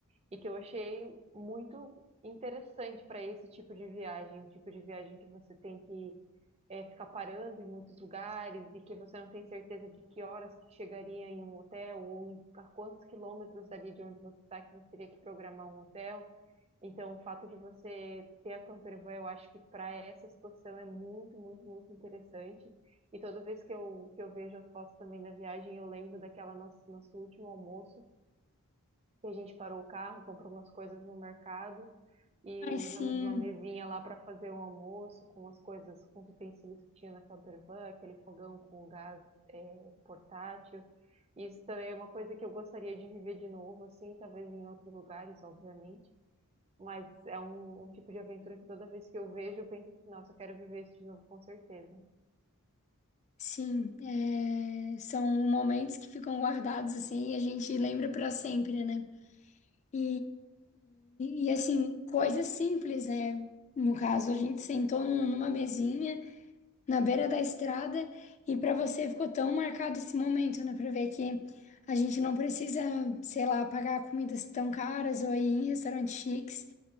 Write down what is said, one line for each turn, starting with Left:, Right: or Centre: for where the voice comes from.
Right: e que eu achei muito interessante para esse tipo de viagem, um tipo de viagem que você tem que é, ficar parando em muitos lugares e que você não tem certeza de que horas que chegaria em um hotel ou em, a quantos quilômetros dali de onde você está que você teria que programar um hotel. Então, o fato de você ter a campervan, eu acho que para essa situação é muito, muito, muito interessante. E toda vez que eu, que eu vejo as fotos também da viagem, eu lembro daquela nosso, nosso último almoço, e a gente parou o carro, comprou umas coisas no mercado e
Left: Ai,
Right: usamos
Left: sim.
Right: uma mesinha lá para fazer um almoço com as coisas, com os utensílios que tinha na campervan, aquele fogão com gás é, portátil. Isso também é uma coisa que eu gostaria de viver de novo, assim, talvez em outros lugares, obviamente. Mas é um, um tipo de aventura que toda vez que eu vejo, eu penso assim, nossa, eu quero viver isso de novo, com certeza.
Left: Sim, é, são momentos que ficam guardados assim e a gente lembra para sempre, né? E, e, e, assim, coisas simples, né? No caso, a gente sentou num- numa mesinha na beira da estrada e para você ficou tão marcado esse momento, né? Para ver que a gente não precisa, sei lá, pagar comidas tão caras ou ir em restaurantes chiques